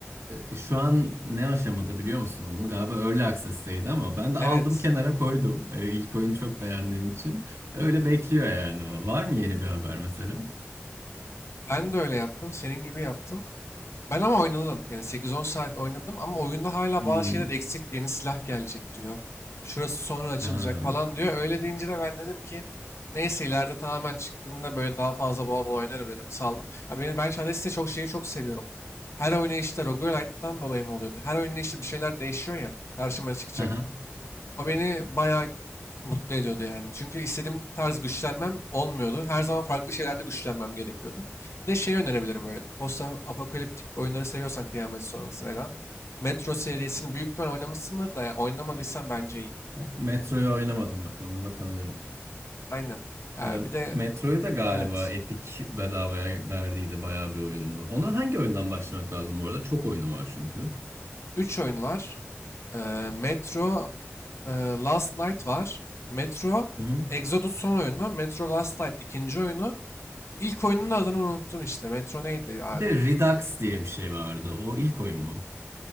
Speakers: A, on the right; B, on the left.
A: e, şu an ne aşamada biliyor musun onu? Galiba Early Access'teydi ama ben de
B: Evet.
A: aldım kenara koydum. E, ilk oyunu çok beğendiğim için. Öyle bekliyor yani o. Var mı yeni bir haber mesela?
B: Ben de öyle yaptım. Senin gibi yaptım. Ben ama oynadım. Yani 8-10 saat oynadım ama oyunda hala
A: Hmm.
B: bazı şeyler eksik. Yeni silah gelecek diyor. Şurası sonra açılacak
A: Ha.
B: falan diyor. Öyle deyince de ben dedim ki neyse ileride tamamen çıktığında böyle daha fazla bol bol oynarım dedim. Saldım. Ha, beni, ben Shadows'te çok şeyi çok seviyorum. Her oynayışta Roguelite'dan dolayı mı oluyordu? Her oynayışta bir şeyler değişiyor ya. Karşıma çıkacak.
A: Hı hı.
B: O beni bayağı mutlu ediyordu yani. Çünkü istediğim tarz güçlenmem olmuyordu. Her zaman farklı şeylerde güçlenmem gerekiyordu. Bir de şey önerebilirim böyle. Post apokaliptik oyunları seviyorsan kıyamet sonrası falan. Metro serisini büyük ihtimal oynamışsındır da ya oynamadıysan bence iyi.
A: Bak, Metro'yu oynamadım bak ona bakabilirim.
B: Aynen. Ha,
A: E,
B: bir de
A: Metro'yu da galiba
B: evet.
A: Epic bedavaya verdiydi bayağı bir oyununu. Ona hangi oyundan başlamak lazım bu arada? Çok oyunu var çünkü.
B: üç oyun var. Ee, Metro e, Last Light var. Metro
A: Hı hı.
B: Exodus son oyunu. Metro Last Light ikinci oyunu. İlk oyunun adını unuttum işte. Metro neydi abi?
A: Bir de Redux diye bir şey vardı. O ilk oyun mu?